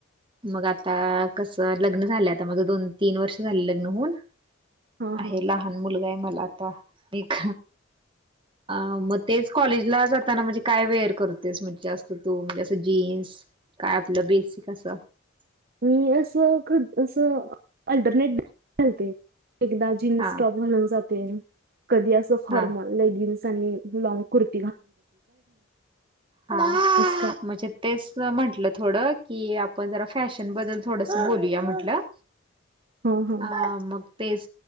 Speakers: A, on the right; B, on the right.
A: मग आता कसं, लग्न झालंय आता मग दोन तीन वर्ष झाली लग्न होऊन
B: हा
A: आहे
B: हा
A: लहान मुलगा आहे मला आता एक अ मग तेच कॉलेजला जाताना म्हणजे काय वेअर करतेस म्हणजे जास्त तू म्हणजे असं जीन्स काय आपलं बेसिक असं
B: मी असं अस अल्टरनेट घालते एकदा जीन <unintelligible> जीन्स
A: हा
B: टॉप घालून जाते, कधी अस फॉर्मल
A: हा
B: लेगिंस आणि लाँग कुर्ता
A: म्हणजे
B: असं काय.
A: तेच म्हटलं थोडं की आपण जरा फॅशन बद्दल थोडस बोलूया म्हटलं
B: हा हा
A: अ मग तेच